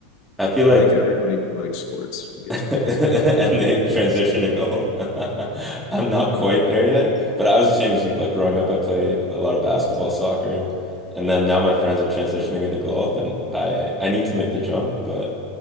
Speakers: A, in the centre; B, on the left.
A: I feel like
B: I think everybody who likes sports
A: <laughs>
B: who gets
A: And
B: old immediately
A: they transition
B: turns to
A: to
B: golf.
A: golf. <laughs> I'm not quite there yet, but I was the same as you. Like growing up, I played a lot of basketball, soccer, and then now my friends are transitioning into golf, and I I need to make the jump, but